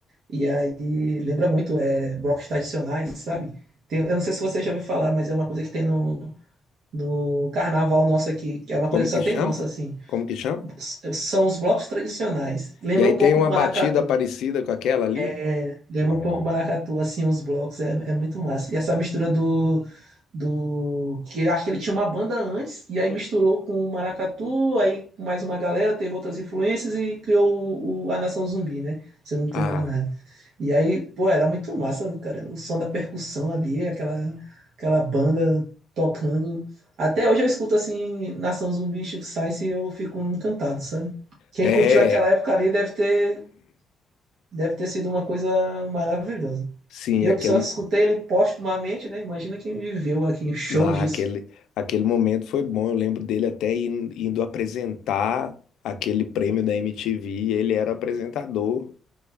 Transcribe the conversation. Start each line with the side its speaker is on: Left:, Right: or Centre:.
Right: E aí lembra muito, é, blocos tradicionais, sabe? Tem- eu não sei se você já ouviu falar, mas é uma coisa que tem no no carnaval nosso aqui, que é uma
Left: como
Right: coisa que
Left: que
Right: só
Left: chama?
Right: tem nossa, assim.
Left: Como que chama?
Right: São os blocos tradicionais. Lembra
Left: E aí
Right: um
Left: tem
Right: pouco
Left: uma
Right: o maracatu.
Left: batida parecida com aquela ali?
Right: É, lembra
Left: Não.
Right: um pouco o maracatu, assim, os blocos. É, é muito massa. E essa mistura do. do que acho que ele tinha uma banda antes, e aí misturou com o maracatu, aí com mais uma galera, teve outras influências e criou o, o- a Nação Zumbi, né? Se eu não estou
Left: Ah,
Right: enganado. E aí, pô, era muito massa, cara. O som da percussão ali, aquela, aquela banda tocando. Até hoje eu escuto assim, Nação Zumbi e Chico Science e eu fico encantado, sabe? Quem
Left: é,
Right: curtiu aquela época ali deve ter, deve ter sido uma coisa maravilhosa.
Left: sim,
Right: Eu
Left: aquele,
Right: que só escutei ele postumamente, né? Imagina quem viveu aqui, show
Left: na,
Right: disso.
Left: aquele, aquele momento foi bom. Eu lembro dele até in- indo apresentar aquele prêmio da MTV. e Ele era o apresentador.